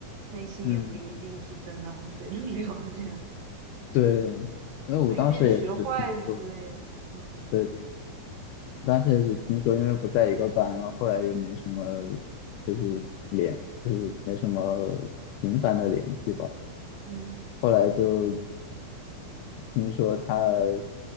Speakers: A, on the right; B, on the left.
A: 内心也不一定是真的很
B: 嗯，
A: <laughs> 非主流这样。
B: 对。那我当时也只是听说，
A: 就有点学坏之类的。嗯
B: 对对，我当时也只听说，因为不在一个班了，后来也没什么，就是联，就是没什么频繁的联系吧。
A: 嗯，
B: 后来就听说他呃